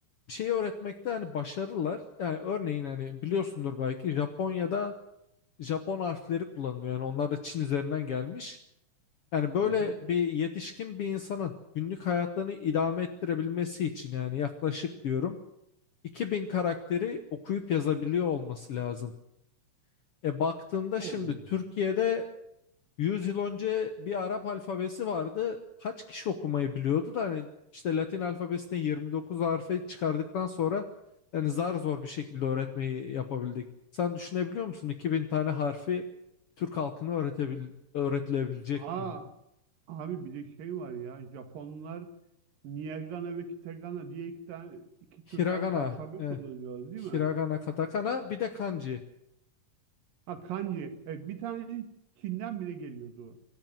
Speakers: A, on the left (about 65°); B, on the right (about 80°).
A: bir şeyi öğretmekte hani başarılılar. Yani örneğin hani biliyorsundur belki Japonya'da Japon harfleri kullanılıyor. Yani onlar da Çin üzerinden gelmiş. Yani böyle
B: Hı hı.
A: bir yetişkin bir insanın günlük hayatlarını idame ettirebilmesi için yani yaklaşık diyorum 2000 karakteri okuyup yazabiliyor olması lazım. E baktığında
B: Oo.
A: şimdi Türkiye'de 100 yıl önce bir Arap alfabesi vardı. Kaç kişi okumayı biliyordu da hani işte Latin alfabesine 29 harfe çıkardıktan sonra yani zar zor bir şekilde öğretmeyi yapabildik. Sen düşünebiliyor musun 2000 tane harfi Türk halkına öğretebil öğretilebilecek
B: Aa,
A: mi ya?
B: Abi bir de şey var ya Japonlar Niyagana ve Kitagana diye iki tane iki türden
A: Hiragana.
B: alfabe
A: eh.
B: kullanıyoruz değil
A: Hiragana,
B: mi?
A: katakana, bir de kanji.
B: Ha kanji. Evet bir tane Çin'den bile geliyordu. o.